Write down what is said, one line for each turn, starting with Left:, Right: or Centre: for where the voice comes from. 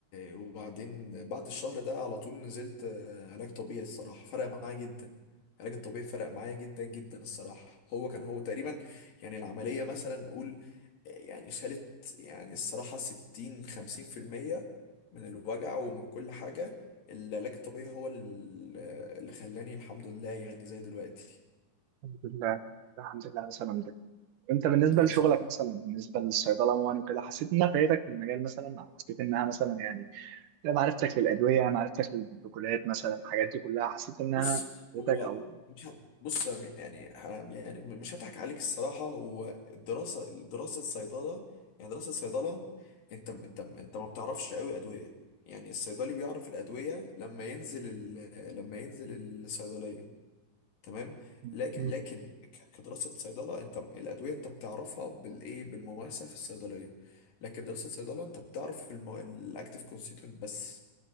Left: وبعدين بعد الشهر ده على طول نزلت آه، علاج طبيعي الصراحة فرق معايا جدا العلاج الطبيعي فرق معايا جدا جدا الصراحة هو كان هو تقريبا يعني العملية مثلا نقول آه، يعني شالت يعني الصراحة ستين خمسين في المية من الوجع ومن كل حاجة العلاج الطبيعي هو ال- آه، اللي خلاني الحمد لله يعني زي دلوقتي
Right: الحمد لله الحمد لله على سلامتك انت بالنسبه
Left: الله
Right: لشغلك
Left: يسلمك.
Right: مثلا بالنسبه للصيدله عموما وكده حسيت انها فايدتك في المجال مثلا او حسيت انها مثلا يعني لا معرفتك للادويه معرفتك للبروتوكولات مثلا الحاجات دي كلها حسيت انها
Left: بص
Right: فادتك
Left: هو
Right: او
Left: مش ه- بص يعني حرام يعني مش هضحك عليك الصراحة هو الدراسة دراسة صيدلة يعني دراسة صيدلة انت انت انت ما بتعرفش قوي أدوية يعني الصيدلي بيعرف الأدوية لما ينزل ال... لما ينزل الصيدلية تمام
Right: مم.
Left: لكن
Right: مم.
Left: لكن ك- كدراسة صيدلة انت الأدوية انت بتعرفها بالإيه بالممارسة في الصيدلية لكن دراسة صيدلة انت بتعرف الم... الأكتيف كونستيتوينت بس